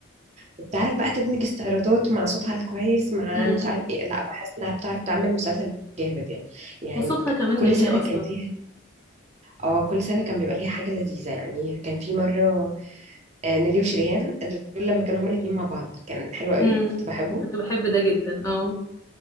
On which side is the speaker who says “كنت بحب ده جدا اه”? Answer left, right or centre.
Left